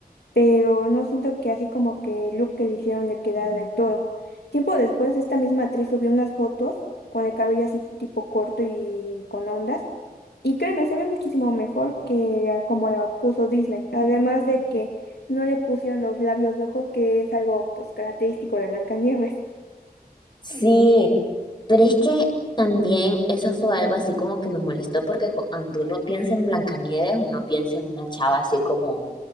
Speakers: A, on the left; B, on the left.
A: pero no siento que así como que el look que le hicieron le quedara del todo. Tiempo después, esta misma actriz subió unas fotos con el cabello así tipo corto y con ondas, y créeme, se ve muchísimo mejor que a como la puso Disney, además de que no le pusieron los labios rojos, que es algo pues característico de Blancanieves.
B: Sí, Pero es que también eso fue algo así como que me molestó porque cu- cuando uno piensa en Blancanieves, uno piensa en una chava así como